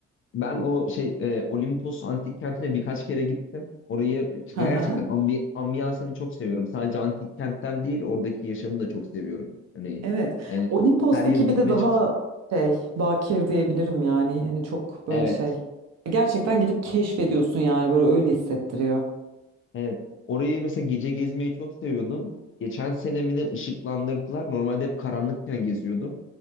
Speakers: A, on the left; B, on the right.
A: Ben o şey e, Olimpos antik kentine birkaç kere gittim. Orayı
B: Hı
A: gerçekten
B: hı.
A: ambi, ambiyansını çok seviyorum. Sadece antik kentten değil oradaki yaşamı da çok seviyorum. Hani
B: Evet.
A: e,
B: Olimpos'taki
A: her yıl
B: bir
A: gitmeye
B: de daha
A: çalış.
B: şey bakir diyebilirim yani hani çok böyle
A: Evet,
B: şey. Gerçekten gidip keşfediyorsun yani böyle öyle hissettiriyor.
A: evet. Orayı mesela gece gezmeyi çok seviyordum. Geçen senemini ışıklandırdılar. Normalde hep karanlıkken geziyordum.